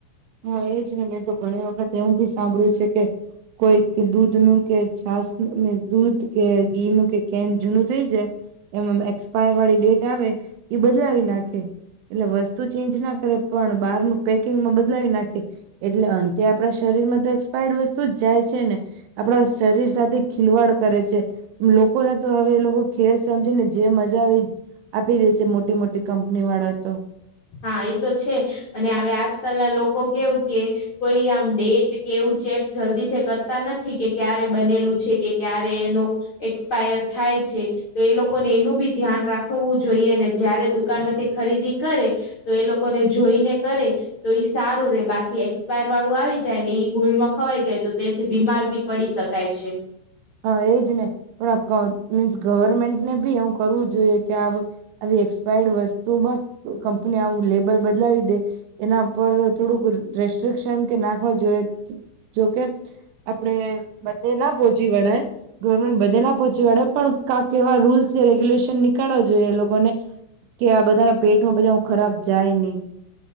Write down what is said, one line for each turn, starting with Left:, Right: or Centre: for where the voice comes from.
Right: હ એજ ને મેં તો ઘણી વખત એવું ભી સાંભળ્યું છે, કે કોઈ દૂધ નું કે છાસ દૂધ કે ઘી નું કેન જૂનું થઈ જાય એમાં એક્સપાયર વાળી ડેટ આવે એ બદલાવી નાખે એટલે વસ્તુ ચેન્જના કરે પણ બહારનુ પેકિંગમાં બદલાવી નાખે એટલે અંતે આપણા શરીર માંતો એક્સપાયર્ડ વસ્તુ જ જાય છે, ને આપણા શરીર સાથે ખિલવાડ કરે છે. લોકોને તો હવે એ લોકો ખેલ સમજે ને જે મજા આવે આપી દે છે, મોટી મોટી કંપની વાળા તો
Left: હા એ તો છે, અને હવે આજકાલના લોકો કેવું કે કોઈ આમ ડેટ કે એવું ચેક જલ્દીથી કરતા નથી કે ક્યારે બનેલું છે, કે ક્યારે એનું એક્સપાયર થાય છે. તે એ લોકોને એનું બી ધ્યાન રાખવું જોઈએ જયારે દુકાન માંથી ખરીદી કરે તો એ લોકોને જોઈને કરે તો એ સારું રે બાકી એક્સપાયર વાળું આવી જાય ને એ ભૂલમાં ખવાઈ જાય તો તેથી બીમાર બી પડી શકાય છે.
Right: હ એજ ને પણ ક મીન્સ ગવર્મેન્ટને બી એવુ કરવું જોઈએ કે આ આવી એક્સપાયર્ડ વસ્તુમાં કંપની આવું લેબલ બદલાવી દે એના પર થોડુંક રેસ્ટ્રિકશન કે નાખવા જોઈએ જોકે આપડે બધે ના પોચી વળાય ગવર્મેન્ટ બધે ના પહોંચી વડે પણ કાક એવા રૂલ્સ કે રેગ્યુલેશન નીકાળવા જોઈએ એ લોકોને કે આ બધાના પેટમાં બધા ખરાબ જાય ની